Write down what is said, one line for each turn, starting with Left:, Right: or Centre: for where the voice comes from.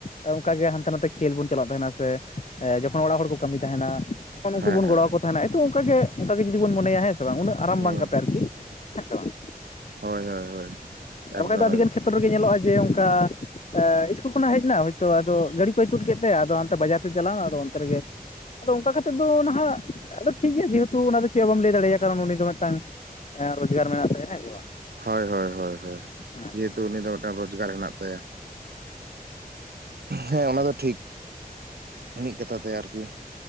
Left: ᱮ ᱚᱱᱠᱟ ᱜᱮ ᱦᱟᱱᱛᱮ ᱱᱟᱛᱮ ᱠᱷᱮᱞ ᱵᱚᱱ ᱪᱟᱞᱟᱜ ᱛᱟᱦᱮᱸᱱᱟ ᱥᱮ ᱮ ᱡᱚᱠᱷᱚᱱ ᱚᱸᱲᱟᱜ ᱦᱚᱲ ᱠᱚ ᱠᱟᱹᱢᱤ ᱛᱟᱦᱮᱸᱱᱟ ᱛᱚᱠᱷᱱ ᱩᱱᱠᱩ
Right: ᱦᱮᱸ
Left: ᱵᱚᱱ
Right: ᱦᱮᱸ
Left: ᱜᱚᱲᱚ ᱟᱠᱚ ᱛᱟᱦᱮᱸᱱᱟ ᱦᱮᱛᱳᱜ ᱚᱱᱠᱟ ᱜᱮ ᱚᱱᱠᱟ ᱜᱮ ᱡᱩᱫᱤ ᱵᱚᱱ ᱢᱚᱱᱮᱭᱟ ᱦᱮᱸ ᱥᱮ ᱵᱟᱝ ᱩᱱᱟᱹᱜ ᱟᱨᱟᱢ
Right: ᱦᱮᱸ
Left: ᱵᱟᱝ ᱠᱟᱛᱮ ᱟᱨᱠᱤ ᱦᱮᱸ ᱥᱮ ᱵᱟᱝ?
Right: ᱦᱳᱭ ᱦᱳᱭ ᱦᱳᱭ᱾
Left: ᱟᱨ
Right: ᱮᱠᱫᱚᱢ
Left: ᱵᱟᱠᱷᱟᱡ ᱫᱚ ᱟᱹᱰᱤᱜᱟᱱ
Right: ᱮᱠᱫᱚᱢ
Left: ᱠᱷᱮᱛᱨᱚ ᱨᱮᱜᱮ ᱧᱮᱞᱚᱜᱼᱟ ᱡᱮ ᱚᱱᱠᱟ ᱮ ᱤᱥᱠᱩᱞ ᱠᱷᱚᱱᱟᱜ ᱦᱮᱡ ᱮᱱᱟ ᱦᱚᱭᱛᱚ ᱟᱫᱚ ᱜᱟᱹᱰᱤ ᱠᱚᱭ ᱛᱩᱫ ᱠᱮᱫ ᱛᱟᱭᱟ ᱟᱫᱚ ᱦᱟᱱᱛᱮ ᱵᱟᱡᱟᱨ ᱥᱮᱫ ᱪᱟᱞᱟᱣ ᱮᱱᱟ ᱟᱫᱚ ᱚᱱᱛᱮ ᱨᱮᱜᱮ ᱟᱫᱚ ᱚᱱᱠᱟ ᱠᱟᱛᱮᱫ ᱫᱚ ᱱᱟᱦᱟᱜ ᱟᱫᱚ ᱴᱷᱤᱠ ᱜᱮᱭᱟ ᱡᱮᱦᱮᱛᱩ ᱚᱱᱟ ᱫᱚ ᱪᱮᱫ ᱦᱚ ᱵᱟᱢ ᱞᱟᱹᱭ ᱫᱟᱲᱮᱭᱟᱭᱟ ᱠᱟᱨᱚᱱ ᱩᱱᱤ ᱫᱚ ᱢᱤᱫᱴᱟᱝ ᱮᱸ ᱨᱚᱡᱜᱟᱨ ᱢᱮᱱᱟᱜ ᱛᱟᱭᱟ, ᱦᱮᱸ ᱥᱮ ᱵᱟᱝ?
Right: ᱦᱳᱭ ᱦᱳᱭ ᱦᱳᱭ ᱦᱳᱭ,
Left: ᱦᱮᱸ
Right: ᱡᱮᱦᱮᱛᱩ ᱩᱱᱤ ᱫᱚ ᱢᱤᱫᱴᱟᱝ ᱨᱳᱡᱽᱜᱟᱨ ᱦᱮᱱᱟᱜ ᱛᱟᱭᱟ᱾ ᱦᱮᱸ ᱚᱱᱟ ᱫᱚ ᱴᱷᱤᱠ ᱢᱤᱫ ᱠᱟᱛᱷᱟ ᱛᱮ ᱟᱨᱠᱤ᱾